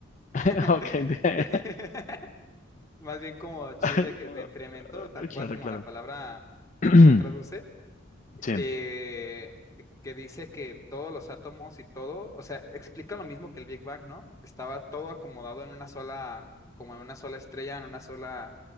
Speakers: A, on the left; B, on the left.
A: <laughs>
B: <laughs> ok. de-
A: <laughs> Más bien como chill
B: <laughs>
A: de, que, de enfriamiento, tal cual
B: Claro,
A: como
B: claro.
A: la palabra
B: <clears throat>
A: se traduce.
B: Sí,
A: eh, que dice que todos los átomos y todo, o sea, explica lo mismo que el Big Bang, ¿no? Estaba todo acomodado en una sola, como en una sola estrella, en una sola